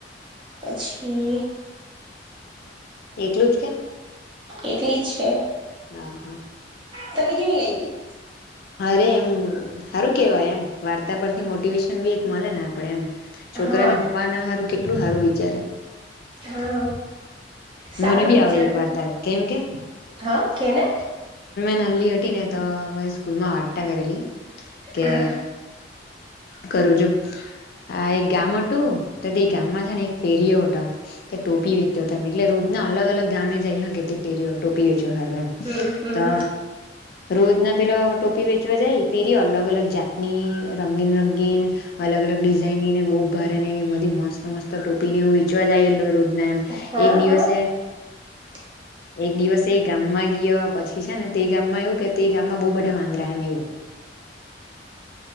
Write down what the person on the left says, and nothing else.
એટલું કેમ
હા હા.
અરે એમ સારું કેવાય એમ વાર્તા પરથી મોટિવેશન બી એક મળે ને આપડે એમ
છોકરા અને પપ્પાને સારું કેટલું સારું વિચારે
મને બી
આવડીે એક વાર્તા કેમ કે
મેલ્લી ને તો મારી સ્કૂલ માં વાતતા કરેલી કે
કરું જો આ એ ગામ ઓ ટું તત એ ગામમાં છેને એક ફેરરીયો ઓઠ ટોપી વેચ તો એટલે રોજ ના અલગ અલગ ગામે જાય હ કે ફેર્યો ટોપી વ હારું એમ
તો રોજ ના પેલા ટોપી વેચવા જાય તેેરી અલગ અલગ જાતની રંગીન રંગીન અલગ અલગ ડિઝાઇનની ને બહુ ભારે ને એ બધી મસ્ત મસ્ત ટો પીને હું વેચવા જાય એલો રોજ ના એમ
એક દિવસે
એક દિવસ એ ગામમાં ગયો પછી છે ને તે ગામમાં એવું કે તે ગામમાં બહુ બધા વાંદરા એમ એવું